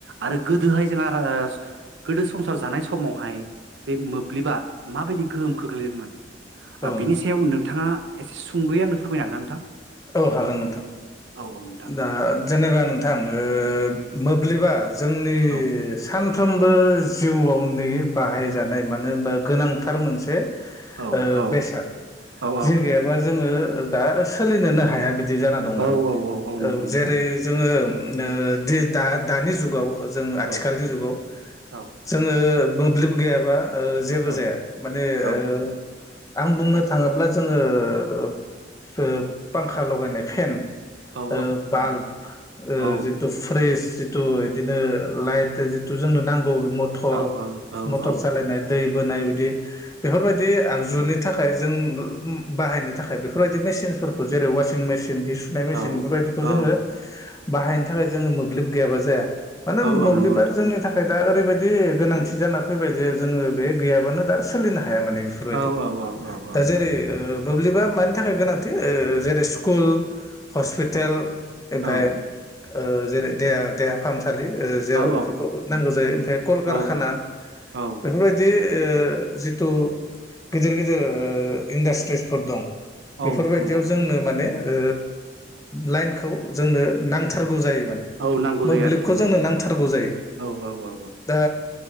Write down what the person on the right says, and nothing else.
आरो गोदोहाय जोंहा ओ गोदो संसार जानाय समावहाय बे मोब्लिबा माबायदि गोहोम खोख्लैदोंमोन। ओ
बिनि सायाव नोंथाङा एसे सुंद'यै आंनो फोरमायनोागोन ना नोंथां?
औ औ नोंथां
औ
औ औ
औ
औ
औ नंगौ
नोंथां
औ
औ
औ
औ
औ
औ
औ औ
औ
औ
औ
औ औ
नंगौ नोंथां
औ औ औ औ औ
औ
औ
औ औ
औ
नंगौ
औ नांगौ
जायो आरो नोंथां
औ औ औ